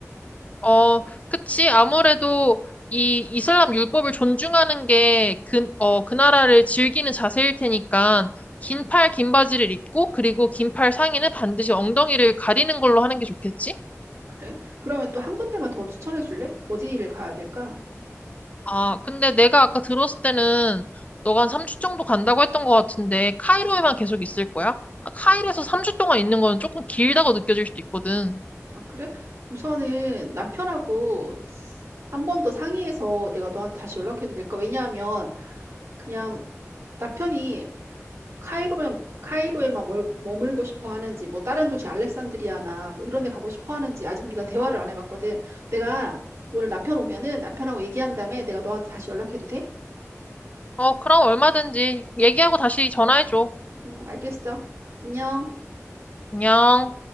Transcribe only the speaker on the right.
그래? 그러면 또 한 군데만 더 추천해 줄래? 어디를 가야 될까?
아, 그래? 우선은 남편하고 한 번 더 상의해서 내가 너한테 다시 연락해도 될까? 왜냐하면 그냥 남편이 카이로만 카이로에만 멀- 머물고 싶어 하는지 뭐 다른 도시 알렉산드리아나 뭐 이런 데 가고 싶어 하는지 아직 우리가 대화를 안 해봤거든. 내가 오늘 남편 오면은 남편하고 얘기한 다음에 내가 너한테 다시 연락해도 돼?
응, 알겠어. 안녕.